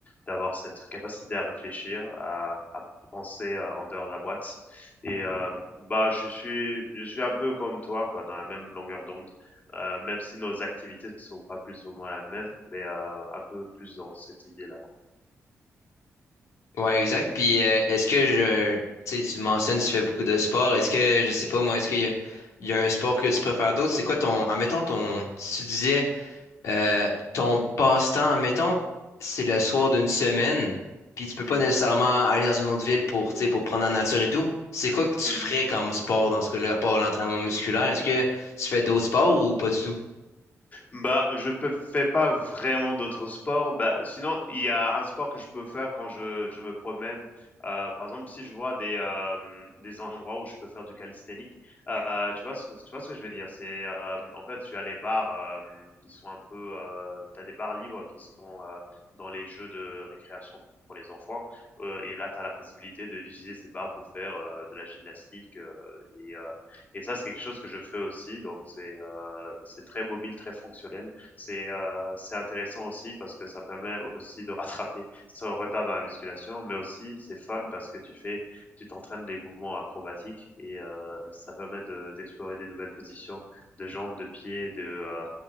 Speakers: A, on the left; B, on the left.
A: d'avoir cette capacité à réfléchir, à à penser, heu, en dehors de la boîte et heu, bah, je suis je suis un peu comme toi, quoi, dans la même longueur d'onde, heu, même si nos activités ne sont pas plus ou moins la même, mais heu, un peu plus dans cette idée-là.
B: Ouais, exact. Puis, euh, est-ce que je, tu sais, tu mentionnes, tu fais beaucoup de sport. Est-ce que, je sais pas, moi, est-ce qu'il y a, il y a un sport que tu préfères d'autres? C'est quoi ton, admettons, ton, si tu disais, Euh, ton passe-temps, mettons, c'est le soir
A: Mmh.
B: d'une semaine, puis tu peux pas
A: Mmh
B: nécessairement
A: mh.
B: aller dans une autre ville pour, tu sais, pour prendre la nature et tout. C'est quoi que tu
A: Mmh
B: ferais comme sport dans ce cas-là, à part l'entraînement musculaire? Est-ce que tu fais d'autres sports ou pas du tout?
A: Bah, je peux, fais pas vraiment d'autres sports. Bah, sinon, il y a un sport que je peux faire quand je, je me promène. Euh, par exemple, si je vois des, euh, des endroits où je peux faire du calisthénique, euh, tu vois ce, que- tu vois ce que je veux dire? C'est, euh, en fait, tu as les bars euh, qui sont un peu, euh, tu des bars libres qui sont euh, dans les jeux de récréation pour les enfants. Euh, et là, tu as la possibilité de- d'utiliser ces bars pour faire euh, de la gymnastique euh, et euh, et ça, c'est quelque chose que je fais aussi. Donc, c'est euh, c'est très mobile, très fonctionnel. C'est euh, c'est intéressant aussi parce que ça permet aussi de rattraper son retard dans la musculation, mais aussi c'est fun parce que tu fais, tu t'entraînes des mouvements acrobatiques et euh, ça permet de d'explorer des nouvelles positions de jambes, de pieds, de euh,